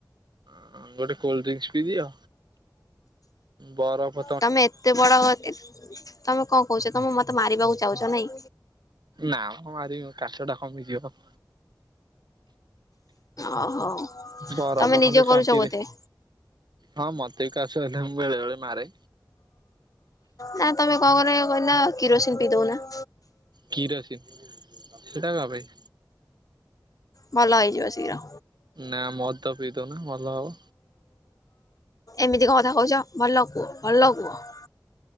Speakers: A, on the right; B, on the left.
A: ଅ ଗୋଟେ କୋଲଡଡ୍ରିଙ୍କସ ପି ଦିଅ ବରଫ୍
B: ତମେ ଏତେ ବଡ ଏ, ତମେ କଣ କହୁଛ ତମେ ମତେ ମାରିବାକୁ ଚାହୁଁଛ ନାଇଁ।
A: ନା ମ ମାରିବି କାଶ ଟା କମିଯିବ।
B: ଓହୋ
A: ବରଫ
B: ତମେ ନିଜେ
A: ଖଣ୍ଡେ ତଣ୍ଟିରେ
B: କରୁଛ ବତେ।
A: ହଁ ମତେ ବି କାସହେଲେ ମୁଁ ବେଳେ ବେଳେ ମାରେ।
B: ନା ତମେ କଣ କର କହିଲ କିରୋସିନ ପିଇଦଉନା।
A: କିରୋସିନି ସେଟା କ ପାଇଁ।
B: ଭଲ ହେଇଯିବ ଶୀଘ୍ର।
A: ନା ମଦ ପିଇ ଦଉନା ଭଲ ହବ।
B: ଏମିତି କ କଥା କହୁଛ ଭଲ କୁହ ଭଲ କୁହ।